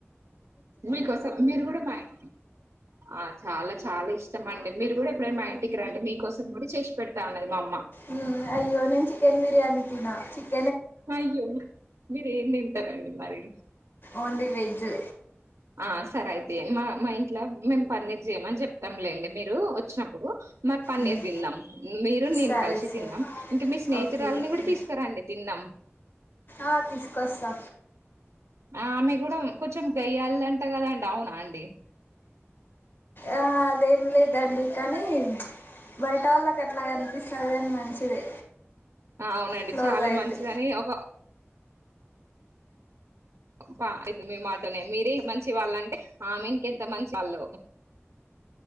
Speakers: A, on the right (about 80°); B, on the left (about 50°).
A: మీకోసం మీరు కూడా మా ఇం ఆ చాలా చాలా ఇష్టం అండి మీరు కూడా ఎప్పుడైనా మా ఇంటికి రండి మీకోసం కూడా చేసి పెడతా అన్నది మా అమ్మ
B: ఊ అయ్యో నేను చికెన్ బిర్యానీ తిన చిక్
A: అయ్యో మీరేం తింటరండి మరి
B: ఓన్లీ వెజు
A: ఆ సరే అయితే మా మా ఇంట్ల గినన్ పన్నీర్ చేయమని చెప్తం లేండి మీరు వచ్చినప్పుడు మరి పన్నీర్
B: ఉమ్
A: తిన్నాం మీరు నేను
B: సరే
A: కలిసి
B: సరే
A: తిన్నాం ఇంకా మీ స్నేహితురాలని
B: ఓకే ఓకే
A: కూడా తీసుకరండి తిన్నాం
B: ఆ తీసుకొస్తా
A: ఆమె కూడా కొంచెం గయ్యాల్దంట కదండి అవునా అండి.
B: ఆ అదేం లేదండి కనీ ప్చ్ బయట వాళ్ళకి ఎట్లా కనిపిస్తది కని మంచిదే
A: ఆ! అవునండి
B: క్లోజ్
A: చాలా
B: అయితే
A: మంచిదని ఒక ప ఇపుడు మీ మాటనే మీరే మంచి వాళ్ళ అంటే ఆమె ఇంకెంత మంచి వాల్లో